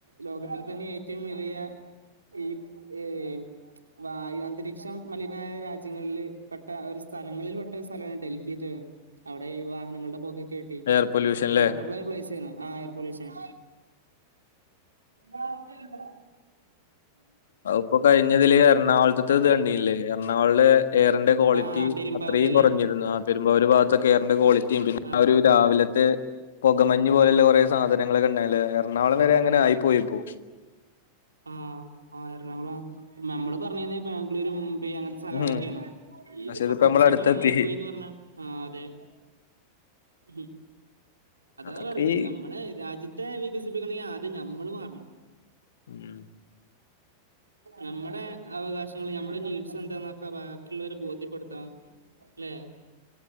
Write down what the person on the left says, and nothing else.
എയർ പൊല്യൂഷൻല്ലേ
അ ഇപ്പോൊ കഴിഞ്ഞതില് എറണാകുളത്ത ഇത് കണ്ടീല്ലേ എറണാകുളെ എയറിന്റെ ക്വാളിറ്റി
അത്രയും കുറഞ്ഞിരുന്നു ആ പെരുമ്പാവൂർ ഭാഗത്ത് ഒക്കെ കയറിന്റെ കോളിറ്റി പിന്നെ
ആ ഒരു രാവിലത്തെ ആ ആ ആ ഒരു രാവിലത്തെ പുകമഞ്ഞ് പോലുള്ള കുറേ സാധനങ്ങളൊക്കെ ഉണ്ടായല് എറണാകുളം വരെ അങ്ങന ആയിപ്പോയിപ്പോ
ഉം
പക്ഷെ
നമ്മളെ അടുത്തെത്തി
അതൊക്കെ
ഈ
ഉം